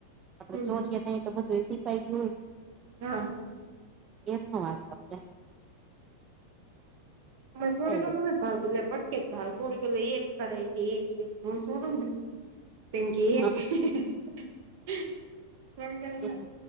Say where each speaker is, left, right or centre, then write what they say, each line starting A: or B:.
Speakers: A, on the right; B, on the right.
A: આપડે
B: હમ
A: ચોરીએ થ તો બધું એ સીફાઈ ગયું
B: હા
A: એમનો વાત કર
B: ત સોળ
A: ખાઈ
B: કલો
A: લે
B: ન જ ભાવ તું એટલે બટકે જ ભાવ સોળ કેલો એક કરાય છે. એક છે. હું શુંધ ને પમકી
A: એમ
B: એકલા ખા
A: એમ ન